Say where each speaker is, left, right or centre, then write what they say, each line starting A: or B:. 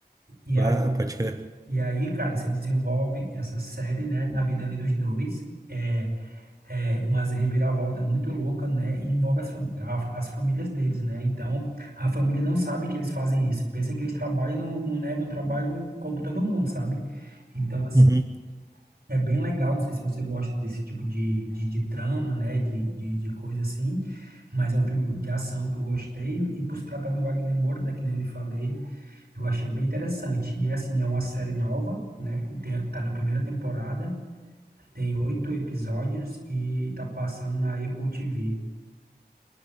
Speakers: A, on the right; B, on the right.
A: E aí,
B: Ah, pode crer.
A: e aí, cara, se desenvolve essa série, né, na vida ali dos dois. É, é umas reviravolta muito louca, né? E envolve as, fam- a- as famílias deles, né? Então, a família não sabe que eles fazem isso. Pensa que eles trabalham no, no, né, no trabalho como todo mundo, sabe? Então, assim
B: Uhum.
A: é bem legal, não sei se você gosta desse tipo de, de, de trama, né, de, de, de coisa assim, mas é um filme de ação que eu gostei, e por se tratar do Wagner Moura, né, que nem eu lhe falei, eu achei bem interessante. E assim, é uma série nova, né, tem, tá na primeira temporada, tem oito episódios e tá passando na Apple TV.